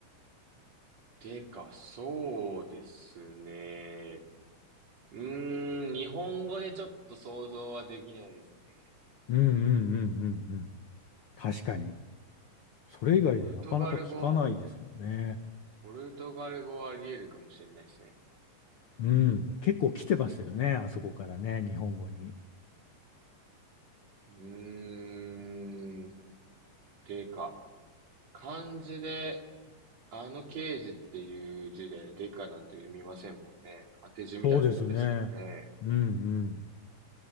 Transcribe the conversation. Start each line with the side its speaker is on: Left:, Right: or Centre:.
Right: でかそうですね。うーん。日本語でちょっと想像はできないですね。
Left: うんうんうんうんうん。確かに。それ以外でなかなか聞かないですよね。
Right: ポルトガル語。ポルトガル語はあり得るかもしれないですね。
Left: うん。結構来てますよね。あそこからね、日本語に。
Right: うーん。でか漢字であの刑事っていう字でデカなんて読みませんもんね。当て字みたいなもんですからね。
Left: そうですね。うんうん。